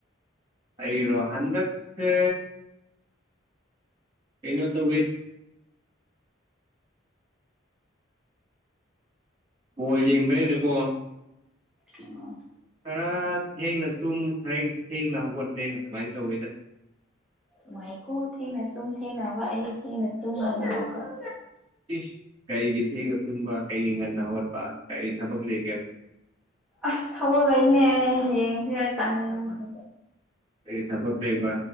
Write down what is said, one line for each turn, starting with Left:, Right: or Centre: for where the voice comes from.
Right: ꯑꯩꯔꯣ ꯍꯟꯗꯛꯁꯦ ꯀꯩꯅ‌ꯣ ꯇꯧꯋꯦ ꯕꯣꯜ ꯌꯦꯡꯕꯅꯦꯅꯀꯣ
Centre: ꯑꯣ
Right: ꯈꯔ ꯊꯦꯡꯅ ꯇꯨꯝ ꯈꯔ ꯊꯦꯡꯅ ꯍꯧꯒꯠꯂꯦ ꯑꯗꯨꯃꯥꯏꯅ ꯇꯧꯋꯤꯗ
Centre: ꯅꯨꯡꯉꯥꯏꯀꯣ ꯊ‌ꯦꯡꯅ ꯇꯨꯝ ꯊ‌ꯦꯡꯅ ꯍꯧꯒꯠ ꯑꯩꯗꯤ ꯊ‌ꯦꯡꯅ ꯇꯨꯝ ꯉꯟꯅ ꯍꯧꯒꯠ
Right: ꯏꯁ ꯀꯔꯤꯒꯤ ꯊꯦꯡꯉ ꯇꯨꯝꯕ ꯀꯔꯤꯒꯤ ꯉꯟꯅ ꯍꯧꯒꯠꯄ ꯀꯔꯤ ꯊꯕꯛ ꯂꯩꯒꯦꯕ
Centre: ꯑꯁ ꯊꯕꯛ ꯂꯩꯅꯦ ꯍꯌꯦꯡꯁꯦ ꯑꯩ ꯇꯟꯈ꯭ꯔꯕ
Right: ꯀꯩ ꯊꯕꯛ ꯂꯩꯕ